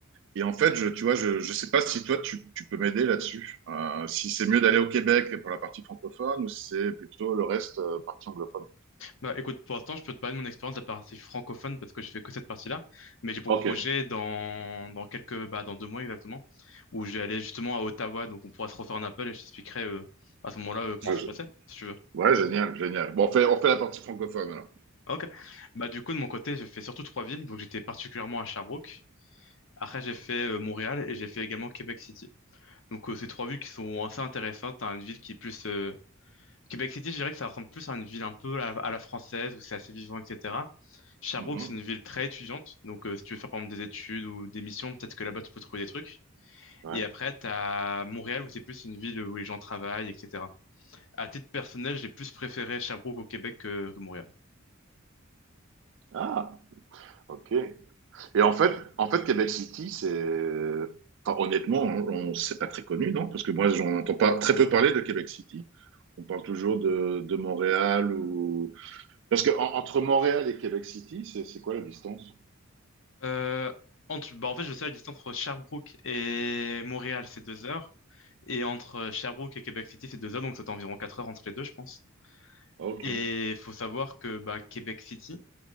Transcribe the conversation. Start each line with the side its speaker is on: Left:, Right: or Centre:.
Right: Et en fait, je, tu vois, je je sais pas si toi, tu, tu peux m'aider là-dessus. Euh, si c'est mieux d'aller au Québec pour la partie francophone ou si c'est plutôt le reste, euh, partie anglophone.
Left: Bah, écoute, pour l'instant, je peux te parler de mon expérience de la partie francophone parce que j'ai fait que cette partie-là. Mais j'ai pour
Right: Ok.
Left: projet dans, dans quelques, bah, dans deux mois exactement, où je vais aller justement à Ottawa. Donc, on pourra se refaire un appel et je t'expliquerai euh, à ce moment-là euh, comment
Right: Ah,
Left: ça
Right: gé-
Left: s'est passé, si tu veux.
Right: ouais, génial, génial. Bon, on fait, on fait la partie francophone alors.
Left: Ok. Bah, du coup, de mon côté, j'ai fait surtout trois villes. Donc, j'étais particulièrement à Sherbrooke. Après, j'ai fait euh, Montréal et j'ai fait également Québec City. Donc, euh, ces trois villes qui sont assez intéressantes. à une ville qui est plus. euh, Québec City, je dirais que ça ressemble plus à une ville un peu à, à la française où c'est assez vivant, etc. Sherbrooke,
Right: Mhm.
Left: c'est une ville très étudiante. Donc, euh, si tu veux faire par exemple des études ou des missions, peut-être que là-bas, tu peux trouver des trucs.
Right: Ouais.
Left: Et après, tu as Montréal où c'est plus une ville où les gens travaillent, etc. À titre personnel, j'ai plus préféré Sherbrooke au Québec que que Montréal.
Right: Ah, ok. Et en fait, en fait Québec City, c'est. Enfin, honnêtement, on, on- c'est pas très connu, non? Parce que moi, j'en entends pas très peu parler de Québec City. On parle toujours de, de Montréal ou. Parce que en- entre Montréal et Québec City, c'est c'est quoi la distance?
Left: Euh, entre, bah en fait, je sais la distance entre Sherbrooke et Montréal, c'est deux heures. Et entre Sherbrooke et Québec City, c'est deux heures, donc c'est environ quatre heures entre les deux, je pense.
Right: Ah, ok.
Left: Et il faut savoir que bah, Québec City,